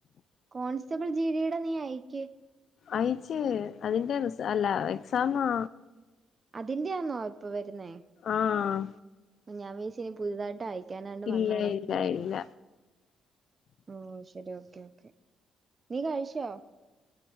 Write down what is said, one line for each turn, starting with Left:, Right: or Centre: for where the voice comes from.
Right: കോൺസ്റ്റബിൾ ജീ ഡി യുടെ നീ അയക്ക്
Left: അയച്ച് അതിന്റെ റിസ അല്ല എക്സാമാ.
Right: അതിന്റെയാന്നോ ഇപ്പോ വരുന്നേ?
Left: ആഹ്
Right: ഞാൻ വിചാരിച്ച് ഇനി പുതുതായിട്ട് അയക്കാനായിണ്ട്
Left: ഇല്ല
Right: വന്ന് കെടക്കുവാന്ന്.
Left: ഇല്ല ഇല്ല
Right: ഓഹ് ശരി ഓക്കെ ഓക്കേ. നീ കഴിച്ചോ?